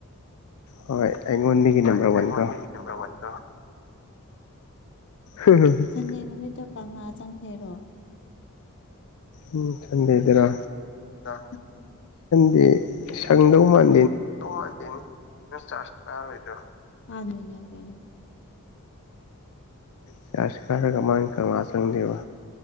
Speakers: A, on the left; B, on the left.
A: ꯍꯣꯏ ꯑꯩꯉꯣꯟꯗꯒꯤ
B: ꯍꯣꯏ
A: ꯅꯝꯕꯔ
B: ꯑꯩꯉꯣꯟꯗꯒꯤ
A: ꯋꯥꯟ ꯀꯣ
B: ꯅꯝꯕꯔ ꯋꯥꯟ ꯀꯣ
A: ꯎꯝ
B: ꯁꯟꯗꯦ ꯅꯨꯃꯤꯠꯇꯣ ꯀꯪꯂꯥ ꯆꯪꯁꯦꯔꯣ
A: ꯎꯝ ꯆꯗꯗꯔꯥ
B: ꯑ
A: ꯑꯩ ꯁꯪꯗꯧ ꯃꯥꯥꯟ
B: ꯗꯧ ꯃꯥꯟꯗꯦꯅꯦ <unintelligible> ꯀꯩꯅꯩꯅꯣ
A: ꯆꯔꯁꯤ ꯀꯥꯔꯒ ꯃꯥꯒꯤ ꯀꯪꯂꯥ ꯆꯪꯗꯦꯕ